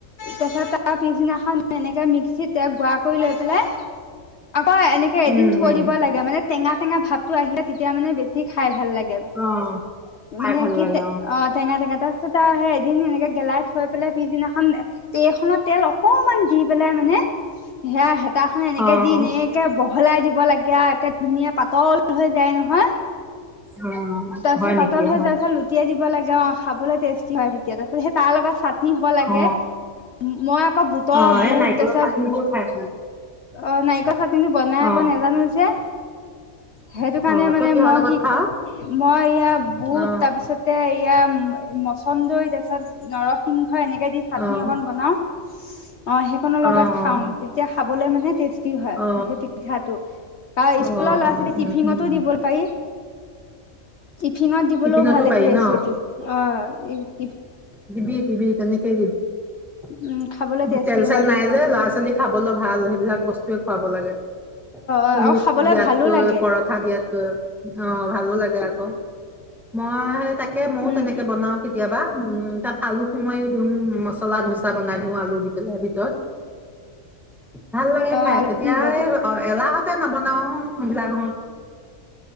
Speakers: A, on the left; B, in the centre.
A: তাপাছত, তাৰ পিছদিনাখন এনেকে মিক্সিত তে গুৰা কৰি লৈ পেলাই আকৌ এনেকে এদিন
B: উম
A: থৈ
B: উম
A: দিব লাগে। তেতিয়া মানে টেঙা-টেঙা ভাবটো আহিলে, তেতিয়া মানে বেছি খাই ভাল লাগে।
B: অ খাই
A: মানে
B: ভাল
A: কি,
B: লাগে
A: অ' টেঙা-টেঙা ত ত তাৰ সেই এদিন সেনেকে গেলাই থৈ পেলাই পিছদিনাখন, তে এ খনত তেল অকনমান দি পেলাই নে, সেয়া হেতাখনে এনেকে
B: অ
A: দি
B: অ
A: এনেকে বহলাই দিব লাগে আও কে ধুনীয়া পাতল হৈ যায় ন হা,
B: অ
A: তাপিছত
B: হয় নেকি
A: পাতল
B: অ
A: হৈ যোৱাৰ পিছত লুটিয়াই দিব লাগে আও খাবলৈ টেষ্টি হয় তেতিয়া তাৰপিছত, সেই তালগত চাটনি হ'ব লাগে।
B: অ
A: মই আকৌ বুটৰ-বুট
B: অ এই নাৰিকলৰ
A: তাৰপিছত
B: চাটনিটো খাই ভাল লাগে।
A: অ' নাইকলৰ ছাট কিন্তু বনাই
B: অ
A: আব নাজানো যে? সেইটোকাৰণে
B: অ
A: মানে
B: তই কিহৰ
A: মই
B: লগত
A: কি-ক,
B: খাৱ
A: মই ইয়া বুট
B: অ
A: তাৰপিছতে এয়া ম- মছলা কন্দৈ, তাৰপিছত নৰসিংহ হয় এনেকে দি চাটনি
B: অ
A: অকণ বনাও। অ' সেইকনৰ লগত
B: অ
A: খাও,
B: অ
A: তেতিয়া খাবলে মানে টেষ্ট কি হয়
B: অ
A: সেই পিঠাটো?
B: অ
A: স্কুলৰ
B: অ
A: ল'ৰা-ছোৱালীক
B: উম
A: টিফিনতো
B: উম
A: দিব পাৰি। টিফিনত দিবলৈও
B: টিফিনতো
A: ভাল
B: পাৰি
A: এইটো ৰেচিপি।
B: ন
A: অ'। অ' ই
B: দিবি দিবি তেনেকেই দিবি।
A: উম খাবলৈ টেষ্টি
B: তেল-চেল
A: হয়
B: নাই
A: তেতিয়া
B: যে
A: অ
B: ল'ৰা-ছোৱালীৰ খাবলৈ ভাল, সেইবিলাক বস্তুয়ে খুৱাব লাগে।
A: অ
B: পুৰি
A: আৰু খাবলে
B: দিয়াতকৈ,
A: ভালো লাগে
B: পৰঠা দিয়াতকৈ। অ'। অ' ভালো লাগে আকৌ। মই সেই তাকে ময়ো
A: উম
B: তেনেকে বনাও কেতিয়াবা। উম, তাত আলু সোমাই দিওঁ মছলা-ধোচা বনাই দি আলু দি পেলাই ভিতৰত ভাল লাগে
A: অ
B: খাই,
A: আলু
B: এতিয়া
A: দিব
B: অ' এলাহত তে নবনাও, <unintelligible>